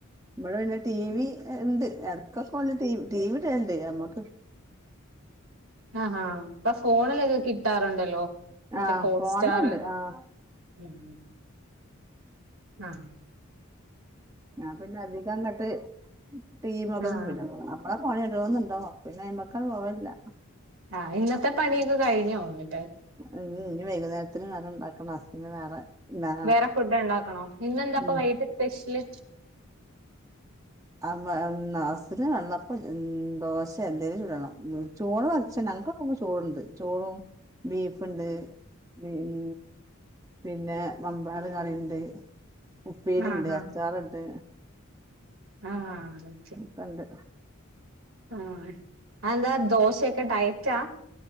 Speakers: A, on the right (about 15°); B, on the right (about 75°).
A: ഇവിടെ പിന്നെ ടീവി ഉണ്ട് ഇടക്കൊക്ക ടീവി ഒള്ളു നമ്മക്ക്
B: ആ ഹാ ഇപ്പൊ ഫോണിലൊക്കെ കിട്ടാറുണ്ടല്ലോ മറ്റേ
A: ആഹ്
B: ഹോട്ട്സ്റ്റാർ
A: ഫോണിലുണ്ട് ആഹ്
B: ഉം ആഹ
A: ആ പിന്നെ അധികം അങ്ങട്ട് ടീക്കൊന്നും
B: ആഹ്
A: പോൾവലില്ല നമ്മള ഫോണിൽ ഓരോന്ന്‌ ഇൻഡോ നോകും പിന്നെ അയിമക്ക് അങ്ങട്ട് പോവലില്ല
B: ആഹ ഇന്നത്തെ പണിയൊക്കെ കഴിഞ്ഞോ എ ന്നിട്ട്
A: ഉ ഇനി വൈകുന്നേരത്തിന് വേറെ ഉണ്ടാക്കണം ഹസ്സിന് വേറെ ന്നാ
B: വേറെ ഫുഡ് ഉണ്ടാക്കണോ ഇന്നെന്താപ്പൊ
A: ഉം
B: വൈകിട്ട് സ്പെഷ്യല്
A: ഹുസ്ബൻഡ് വെള്ളപ്പ ദോശ എന്തെലും ചൂടണം ചോർ വച്ചക്കണ് ഞങ്ങക്ക് ഇപ്പൊ ചോറ്ണ്ട് ചോറും ബീഫുണ്ട് മം പിന്നെ മമ്പയർ കറിയുണ്ട് ഉപ്പേരി
B: ആഹ്
A: ഉണ്ട് അച്ചാറുണ്ട്
B: ആഹ ഒക്കെ
A: ഒക്കെണ്ട്
B: ആ എന്താ ദോശയൊക്കെ ഡയറ്റാ